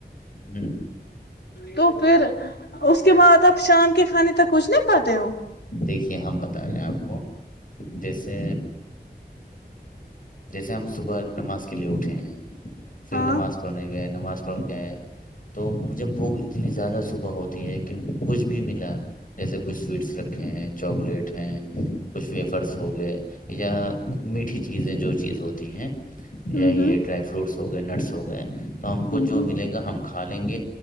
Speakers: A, on the left; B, on the left.
A: ہ
B: تو پھر اس کے بعد آپ شام کے کھانے تک کچھ نہیں کھاتے ہو
A: دیکھیے ہم بتا رہے ہیں آپ کو جیسے جیسے ہم صبح نماز کے لیے اٹھے ہیں پھر
B: ہاں
A: نماز پڑھنے گیا نماز پڑ کے ہے تو مجھے بھوک اتنی زیادہ صبح ہوتی ہے کہ کچھ بھی ملا جیسے کچھ سویٹس رکھ ہیں چاکلیٹ ہیں کچھ ویفرس ہو گئے یا میٹھی چیزیں جو چیز ہوتی ہیں
B: ہ
A: یہی یہ ڈرائی فروٹس ہو گئے نرس ہو گئے تو ہم کو
B: ہ
A: جو ملے گا ہم کھا لیں گے